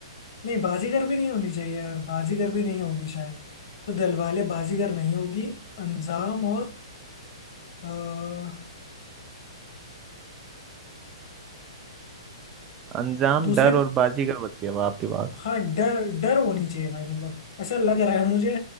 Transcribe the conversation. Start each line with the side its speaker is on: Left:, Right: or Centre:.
Left: नहीं बाजीगर भी नहीं होनी चाहिए यार बाजीगर भी नहीं होगी शायद तो दिलवाले बाजीगर नहीं होगी अंजाम और
Right: अंजाम
Left: दूसरे
Right: डर और बाजीगर बची है अब आपके पास
Left: हाँ डर डर होनी चाहिए भाई मतलब ऐसा लग रहा है मुझे